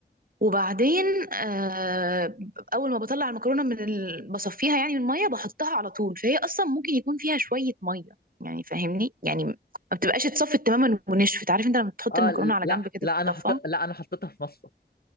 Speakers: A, on the right; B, on the left.
A: وبعدين آه، اول ما بطلع المكرونه من ال... بصفيها يعني من الميه بحطها على طول فهي اصلا ممكن يكون فيها شويه ميه يعني فاهمني يعني ما بتبقاش اتصفت تماما ونشفت عارف انت لما تحط
B: اه
A: المكرونه على
B: لا
A: جنب كده
B: لا
A: تتصفى
B: انا حط... لا انا حطيتها في مصفى